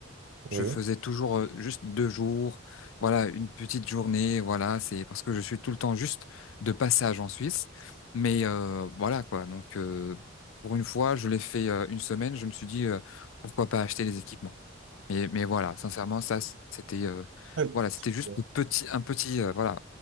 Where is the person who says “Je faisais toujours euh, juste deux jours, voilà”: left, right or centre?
Left